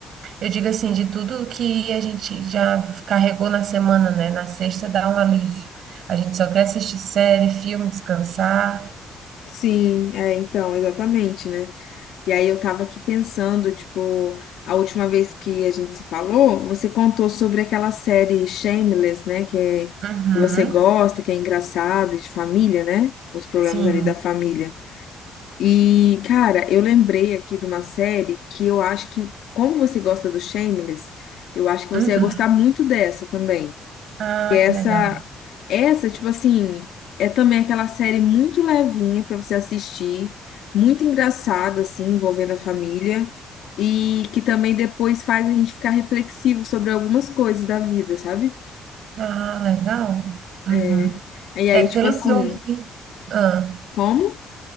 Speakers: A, on the right; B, on the left.
A: Eu digo assim, de tudo que a gente já carregou na semana, né? Na sexta dá um alívio. A gente só quer assistir série, filme, descansar.
B: Sim, é, então, exatamente, né? E aí eu tava aqui pensando, tipo, a última vez que a gente se falou, você contou sobre aquela série Shameless, né? Que é, que
A: Uhum,
B: você gosta, que é engraçada, de família, né? Os problemas
A: sim.
B: ali da família. E, cara, eu lembrei aqui de uma série que eu acho que, como você gosta do Shameless, eu acho que você
A: Uhum.
B: ia gostar muito dessa também.
A: Ah,
B: Que é
A: que
B: essa
A: legal.
B: essa, tipo assim, é também aquela série muito levinha pra você assistir, muito engraçada, assim, envolvendo a família, e que também depois faz a gente ficar reflexivo sobre algumas coisas da vida, sabe?
A: Ah, legal. Uhum.
B: É, e aí,
A: É, pelo
B: tipo assim,
A: que eu vi. Ah,
B: como?